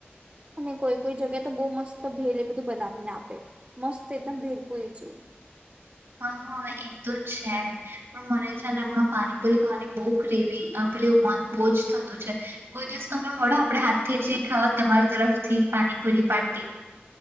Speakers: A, on the right; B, on the right.
A: અને કોઈ કોઈ જગ્યા તો બઉ મસ્ત ભેલ એ બધું બનાવીને આપે, મસ્ત એકદમ ભેલ પૂરી જેઉ.
B: હા હા એ તો છે, પણ મને છે ને હમણાં પાણીપુરી ખાવાની બહુ ક્રેવી, અ પેલી મન બહુ જ થતું છે કોઈ દિવસ તમને મળો આપડે હાથ જીએ ખાવા તમારી તરફથી પાણીપુરી પાર્ટી.